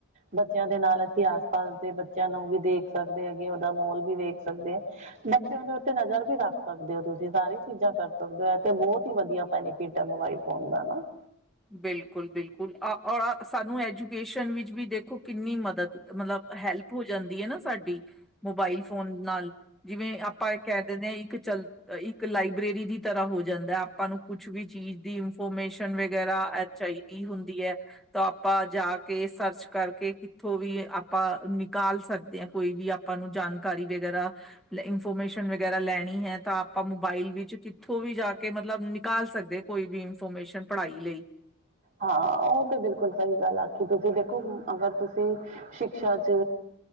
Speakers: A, on the right; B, in the centre.
A: ਬੱਚਿਆਂ ਦੇ ਨਾਲ ਅਸੀਂ ਆਸ ਪਾਸ ਦੇ ਬੱਚਿਆਂ ਨੂੰ ਵੀ ਦੇਖ ਸਕਦੇ ਹ ਅਗੇ ਉਹਦਾ ਮੋਲ ਵੀ ਵੇਖ ਸਕਦੇ ਹ ਬੱਚਿਆਂ ਦੇ ਉੱਤੇ ਨਜ਼ਰ ਵੀ ਰੱਖ ਸਕਦੇ ਹੋ ਤੁਸੀਂ ਸਾਰੀ ਚੀਜ਼ਾਂ ਕਰ ਸਕਦੇ ਹੋ ਤੇ ਬਹੁਤ ਹੀ ਵਧੀਆ ਬੈਨੀਫਿਟ ਹੈ ਮੋਬਾਈਲ <inaudible>
B: ਬਿਲਕੁਲ-ਬਿਲਕੁਲ ਔਰ ਸਾਨੂੰ ਐਜੂਕੇਸ਼ਨ ਵਿੱਚ ਵੀ ਦੇਖੋ ਕਿੰਨੀ ਮਦਦ ਮਤਲਬ ਹੈਲਪ ਹੋ ਜਾਂਦੀ ਹੈ ਨਾ ਸਾਡੀ ਮੋਬਾਇਲ ਫੋਨ ਨਾਲ ਜਿਵੇਂ ਆਪਾਂ ਕਹਿ ਦਿੰਦੇ ਹਾਂ ਇੱਕ ਚੱਲ ਇੱਕ ਲਾਇਬ੍ਰੇਰੀ ਦੀ ਤਰ੍ਹਾਂ ਹੋ ਜਾਂਦਾ ਆਪਾਂ ਨੂੰ ਕੁਛ ਵੀ ਚੀਜ਼ ਦੀ ਇਨਫੋਰਮੇਸ਼ਨ ਐਚ ਆਈ ਡੀ ਹੁੰਦੀ ਹੈ ਤਾਂ ਆਪਾਂ ਜਾ ਕੇ ਸਰਚ ਕਰਕੇ ਕਿੱਥੋਂ ਵੀ ਆਪਾਂ ਨਿਕਾਲ ਸਕਦੇ ਹ ਕੋਈ ਵੀ ਆਪਾਂ ਨੂੰ ਜਾਣਕਾਰੀ ਵਗੈਰਾ ਇਨਫੋਰਮੇਸ਼ਨ ਵਗੈਰਾ ਲੈਣੀ ਹੈ ਤਾਂ ਆਪਾਂ ਮੋਬਾਈਲ ਵਿੱਚ ਕਿੱਥੋਂ ਵੀ ਜਾ ਕੇ ਮਤਲਬ ਨਿਕਾਲ ਸਕਦੇ ਕੋਈ ਵੀ ਇਨਫੋਰਮੇਸ਼ਨ ਪੜ੍ਹਾਈ ਲਈ
A: ਹਾਂ ਉਹ ਤੇ ਬਿਲਕੁਲ ਸਹੀ ਗੱਲ ਆਖੀ ਤੁਸੀਂ ਦੇਖੋ ਅਗਰ ਤੁਸੀਂ ਸ਼ਿਕਸ਼ਾ ਚ